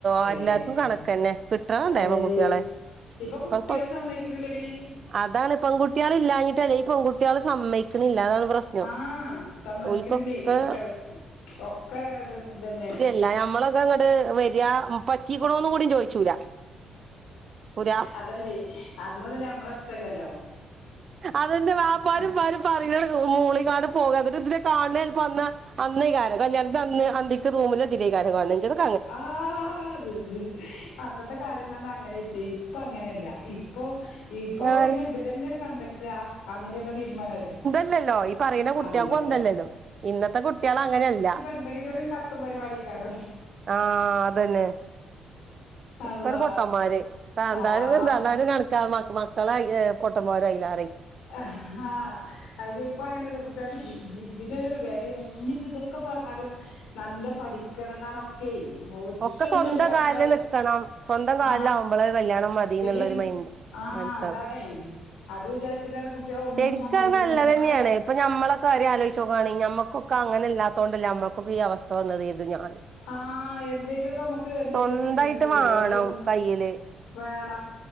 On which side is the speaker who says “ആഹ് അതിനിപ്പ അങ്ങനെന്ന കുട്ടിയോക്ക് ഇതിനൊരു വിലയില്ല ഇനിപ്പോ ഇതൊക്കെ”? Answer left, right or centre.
Left